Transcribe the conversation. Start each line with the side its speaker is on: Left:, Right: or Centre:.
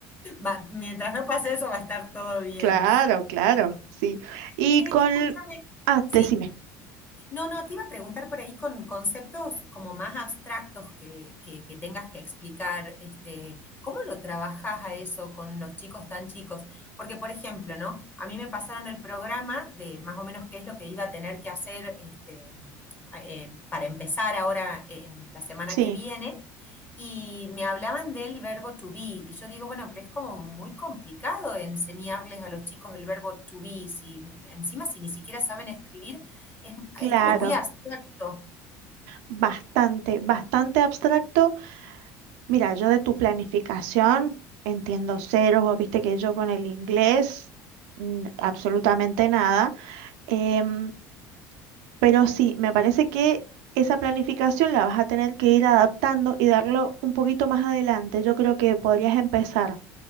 Left: Va- mientras no pase eso, va a estar todo bien.
Right: Claro, claro, sí. Y
Left: Che,
Right: con...
Left: escúchame.
Right: Ah,
Left: Sí.
Right: decime.
Left: No, no, te iba a preguntar por ahí con conceptos como más abstractos que, que, que tengas que explicar, este, ¿cómo lo trabajas a eso con los chicos tan chicos? Porque, por ejemplo, ¿no? A mí me pasaron el programa de más o menos qué es lo que iba a tener que hacer este, eh, para empezar ahora en la semana
Right: Sí,
Left: que viene. Y me hablaban del verbo to be, y yo digo, bueno, pero es como muy complicado enseñarles a los chicos el verbo to be, si encima si ni siquiera saben escribir, es,
Right: claro,
Left: es como muy abstracto.
Right: bastante, bastante abstracto. Mira, yo de tu planificación entiendo ceros. vos viste que yo con el inglés, mm, absolutamente nada. Em, Pero sí, me parece que esa planificación la vas a tener que ir adaptando y darlo un poquito más adelante. Yo creo que podrías empezar